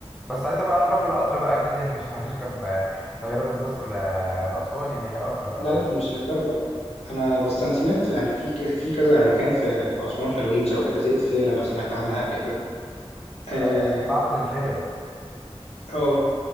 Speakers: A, in the centre; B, on the left.
A: بس ساعتها بقى هنروح بالقطر بقى أكيد يعني مش <laughs> هنركب طيارة من الأقصر ل- لأسوان يعني هي قطر بقى
B: لا
A: فاهم
B: لا مش للدرجه انا بس انا سمعت يعني في ك... في كذا مكان في في اسوان حلوين شبه جزيره فيلا لو سمعت عنها قبل كده اه
A: آه، معبد الفيلة
B: اه